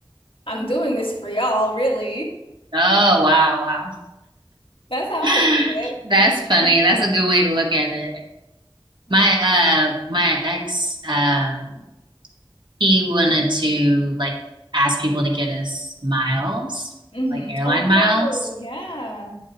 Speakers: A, on the left; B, on the right.
A: I'm doing this for y'all, really.
B: Oh wow, wow.
A: That's how
B: <laughs>
A: I look at it.
B: That's
A: Mm, you
B: funny.
A: know?
B: That's a good way to look at it.
A: Yeah.
B: My uh my ex um he wanted to like ask people to get us miles,
A: hmm
B: like airline
A: Oh,
B: miles,
A: yeah.